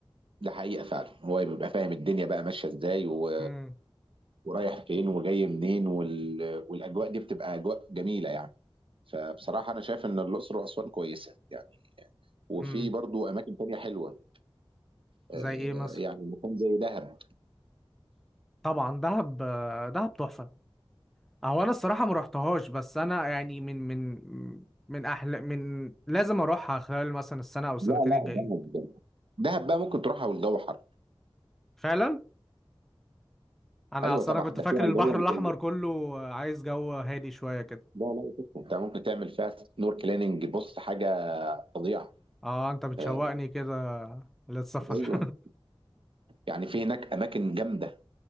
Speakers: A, on the right; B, in the centre.
A: ده حقيقة فعلًا، هو بيبقى فاهم الدنيا بقى ماشية إزاي و
B: امم
A: ورايح فين وجاي منين وال والأجواء دي بتبقى أجواء جميلة يعني، فبصراحة أنا شايف إن الأقصر وأسوان كويسة يعني، وفي
B: امم
A: برضه أماكن تانية حلوة آآ،
B: زي ايه مصر
A: يعني مكان زي دهب،
B: طبعا دهب آه، دهب تحفه هو انا الصراحه ما رحتهاش بس انا يعني من من من احلى من لازم اروحها خلال مثلا السنه او السنتين
A: لا، لأ
B: الجايين
A: دهب دهب دهب بقى ممكن تروحها والجو حر،
B: فعلا انا
A: أيوه
B: اصلا
A: طبعًا،
B: انا كنت
A: ده
B: فاكر
A: فيها
B: البحر
A: اللي هو ال
B: الاحمر
A: ال
B: كله آه، عايز جو هادي شويه كده
A: لا، لأ تسلم، أنت ممكن تعمل فيها snorkeling بُص حاجة فظيعة،
B: اه انت بتشوقني
A: آآ،
B: كده للسفر
A: أيوه، يعني في هناك أماكن جامدة.